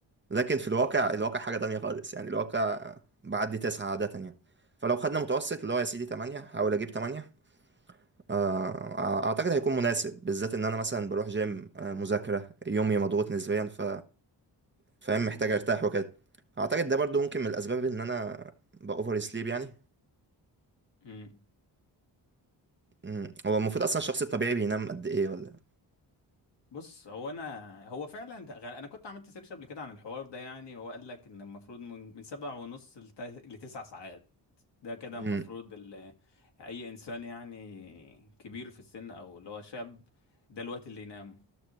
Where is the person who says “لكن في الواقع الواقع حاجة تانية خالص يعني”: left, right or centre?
Right